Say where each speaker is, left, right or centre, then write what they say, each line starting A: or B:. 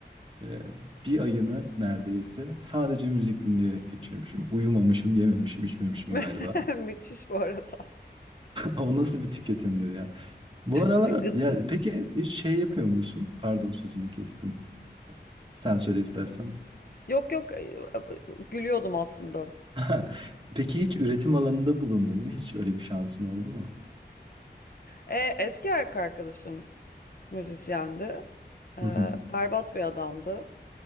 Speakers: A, on the right; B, on the left.
A: e, bir ayını neredeyse sadece müzik dinleyerek geçirmişim. Uyumamışım, yememişim, içmemişim
B: <laughs>
A: galiba.
B: Müthiş bu arada.
A: O nasıl bir tüketimdir ya? Bu aralar
B: İşte gıd.
A: ya peki hiç şey yapıyor musun? Pardon sözünü kestim. Sen söyle istersen.
B: Yok yok e, gülüyordum aslında.
A: <laughs> Peki hiç üretim alanında bulundun mu? Hiç öyle bir şansın oldu mu?
B: E, eski erkek arkadaşım müzisyendi. E,
A: Hı hı.
B: berbat bir adamdı.